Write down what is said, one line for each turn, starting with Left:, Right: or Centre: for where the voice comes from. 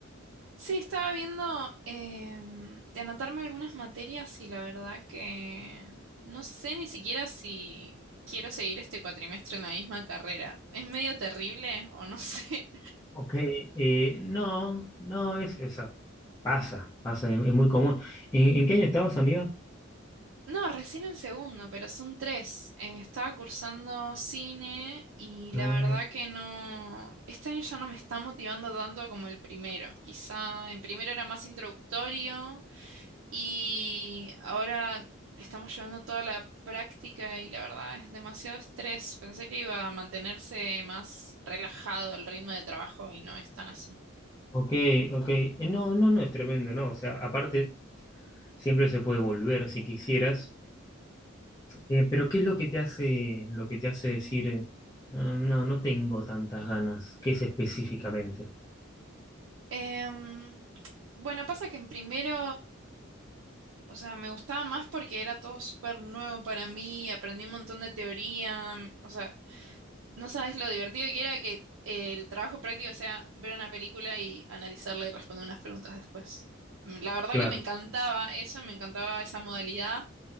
Right: Sí, estaba viendo em, de anotarme algunas materias y la verdad que no sé ni siquiera si quiero seguir este cuatrimestre en la misma carrera. Es medio terrible o no <laughs> sé.
Left: Ok, eh, no, no, es, o sea, pasa, pasa, es, es muy común. ¿En, en qué año estabas, amiga?
Right: No, recién en segundo, pero son tres. Eh, estaba cursando cine y
Left: Ah,
Right: la verdad que no, este año ya no me está motivando tanto como el primero. Quizá en primero era más introductorio. Y ahora estamos llevando toda la práctica y la verdad es demasiado estrés. Pensé que iba a mantenerse más relajado el ritmo de trabajo y no es tan así.
Left: ok, ok. Eh, No, no, no es tremendo, ¿no? O sea, aparte, siempre se puede volver si quisieras. Eh, pero ¿qué es lo que te hace, lo que te hace decir, eh, "Ah, no, no tengo tantas ganas? ¿Qué es específicamente?
Right: Em, bueno, pasa que en primero o sea, me gustaba más porque era todo súper nuevo para mí, aprendí un montón de teoría, mm, o sea, no sabes lo divertido que era que eh, el trabajo práctico sea ver una película y analizarla y responder unas preguntas después. Mm, La verdad
Left: Claro,
Right: que me Claro. encantaba eso, me encantaba esa modalidad